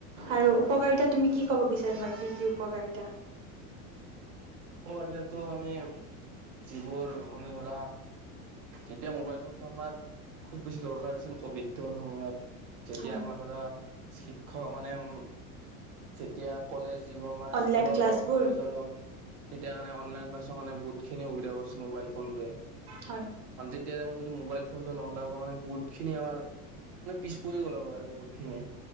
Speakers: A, on the right; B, on the right.
A: আৰু উপকাৰিতা তুমি কি ক'ব বিচাৰিবা? কি, কি উপকাৰিতা?
B: উপকাৰিতাতো মানে আমি এইবোৰ মানে ধৰা যেতিয়া মোবাইল ফোনটো আমাৰ খুব বেছি দৰকাৰ হৈছিল, কভি'ডৰ সময়ত যেতিয়া
A: হয়
B: আমাৰ ধৰা শিক্ষক মানে উম যেতিয়া কলেজ দিব মানে
A: অনলাইন
B: স্কুলৰ
A: ক্লাছবোৰ
B: হওঁক কলেজৰ হওঁক তেতিয়া কাৰণে অনলাইন ক্লাছৰ কাৰণে বহুতখিনি সুবিধা কৰিছিল মোবাইল ফোনটোৱে।
A: হয়।
B: তেতিয়া টাইমত যদি মোবাইল ফোনটো নহ'লে আকৌ মানে বহুতখিনি আমাৰ মানে পিছ পৰি গল <unintelligible> আৰু বহুতখিনি।